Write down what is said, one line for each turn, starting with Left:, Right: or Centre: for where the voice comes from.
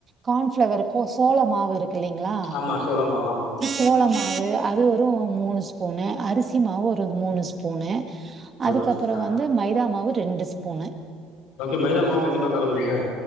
Right: கான்ஃபிளவர்க்கு சோளமாவு இருக் கில்லைங்களா
Left: ஆமா சோள மாவு ஆமா
Right: சோளமாவு அது வெறு மூனு ஸ்பூனு அரிசி மாவு ஒரு மூனு ஸ்பூனு அதுக்கப்புறோ
Left: ஓகே சிஸ்டர்
Right: வந்து மைதா மாவு ரெண்டு ஸ்பூனு
Left: ஓகே மைதாமாவ் கண்டிப்பா கலக்குனுமோ